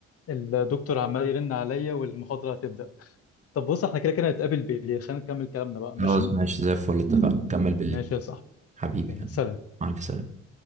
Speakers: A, on the left; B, on the right.
A: الدكتور عمال يرن عليا والمحاضرة هتبدأ طب بص احنا كده كده هنتقابل بالليل خلينا نكمل كلامنا بقى ماشي
B: خلاص ماشي زي الفل اتفقنا نكمل بالليل
A: ماشي يا صاحبي
B: حبيبي
A: يلا سلام
B: مع الف سلامة